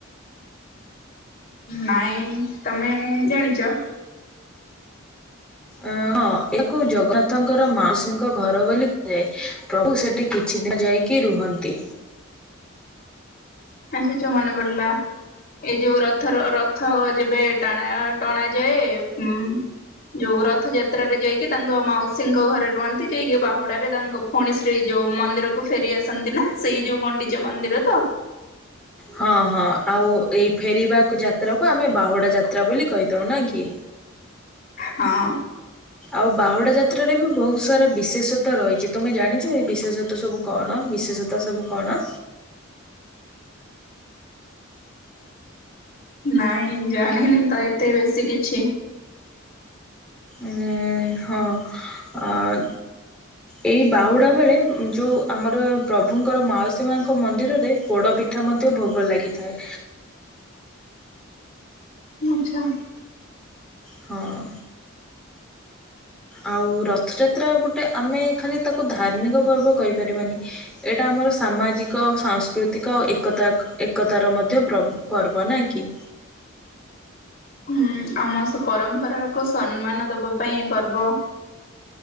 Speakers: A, on the left (about 45°); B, in the centre.
A: ନାଇଁ ତମେ ଜାଣିଛ?
B: ଅ ହଁ ଏହାକୁ ଜଗନ୍ନାଥଙ୍କର ମାଉସୀଙ୍କ ଘର ବୋଲି କୁହାଯାଏ। ପ୍ରଭୁ ସେଠି କିଛି ଦିନ ଯାଇକି ରୁହନ୍ତି।
A: ଆ ସେ ଯୋଉ ମନେ ପଡିଲା। ଏଇ ଯୋଉ ରଥର ରଥ ଯେବେ ଟଣା ଟଣା ଯାଏ ଉ ଯୋଉ ରଥଯାତ୍ରରେ ଯାଇକି ତାଙ୍କ ମାଉସୀଙ୍କ ଘରେ ରୁହନ୍ତି। ଯାଇକି ବାହୁଡାରେ ତାଙ୍କ ପୁଣି ସେରୀ ଯୋଉ ମନ୍ଦିରକୁ ଫେରି ଆସନ୍ତି ନା ସେଇ ଯୋଉ ଗଣ୍ଡିଚା ମନ୍ଦିର ତ?
B: ହଁ ହଁ ଆଉ ଏଇ ଫେରିବା ଯାତ୍ରାକୁ ଆମେ ବାହୁଡା ଯାତ୍ରା ବୋଲି କହି ଦଉନ କି
A: ହଁ
B: ଆଉ ବାହୁଡା ଯା ତ୍ର ରେ ବି ବହୁତ ସାରା ବିଶେଷ ତ ରହିଛି ତୁମେ ଜାଣିଛୁ ଏଇ ବିଶେଷତ ସବୁ କଣ ବିଶେଷତା ସବୁ କଣ?
A: ନାଇଁ ଜାଣିନି ତ ଏତେ ବେଶୀ କିଛି।
B: ଉଁ ହଁଅ
A: ହ
B: ଏହିବାହୁଡ଼ା ବେଳେ ଯୋଉ ଆମର ପ୍ରଭୁଙ୍କର ମାଉସୀମାଙ୍କ ମନ୍ଦିରରେ ପୋଡ଼ ପିଠା ମଧ୍ୟ ଭୋଗ ଲାଗିଥାଏ।
A: ଆଚ୍ଛା।
B: ହଁ। ଆଉ ରଥଯାତ୍ରା ଗୋଟେ ଆମେ ଖାଲି ତାକୁ ଧାର୍ମିକ ପର୍ବ କହିପାରିବାନି। ଏଇଟା ଆମର ସାମାଜିକ, ସାଂସ୍କୃତିକ ଏକତା ଏକ୍ ଏକତାର ମଧ୍ୟ ପ୍ର ପର୍ବ ନା କି।
A: ହୁଁ ଆମର ସେ ପରମ୍ପରାକୁ ସମ୍ମାନ ଦବା ପାଇଁ ଏ ପର୍ବ।